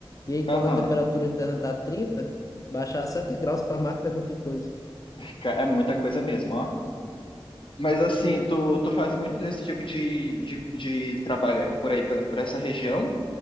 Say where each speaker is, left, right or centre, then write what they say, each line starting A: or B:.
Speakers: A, on the left (about 35°); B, on the left (about 65°).
A: E aí
B: aham.
A: quando a temperatura interna tá trinta baixar 7 graus para a máquina é muita coisa.
B: Ca- É muita coisa mesmo, ó. Mas assim, tu, tu faz muito desse tipo de, de, de trabalho por aí, pela- por essa região?